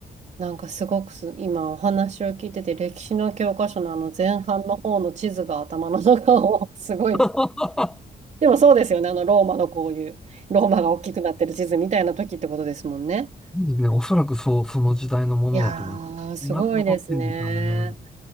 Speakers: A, on the right (about 40°); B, in the centre.
A: なんかすごくす、今お話を聞いてて、歴史の教科書のあの前半の方の地図が頭の中を <laughs> すごい。
B: <laughs>
A: でもそうですよね、あのローマのこういう、ローマが大きくなってる地図みたいな時ってことですもんね。
B: そうですね、おそらくそう、その時代のものだと思います。
A: いやー、すごいですね。
B: 今でも残ってるんですよね。